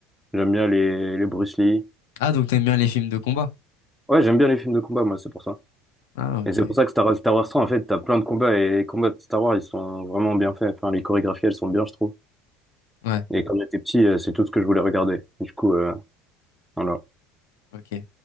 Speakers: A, in the centre; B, on the left.
A: j'aime bien les, les Bruce Lee.
B: Ah, donc t'aimes bien les films de combat.
A: Ouais, j'aime bien les films de combat, moi, c'est pour ça.
B: Ah, ok.
A: Et c'est pour ça que Star, Star Wars 100, en fait, t'as plein de combats et les combats de Star Wars, ils sont vraiment bien faits. Enfin, les chorégraphies, elles sont bien, je trouve.
B: Ouais,
A: Et quand j'étais petit, euh, c'est tout ce que je voulais regarder. Du coup, euh, voilà.
B: ok.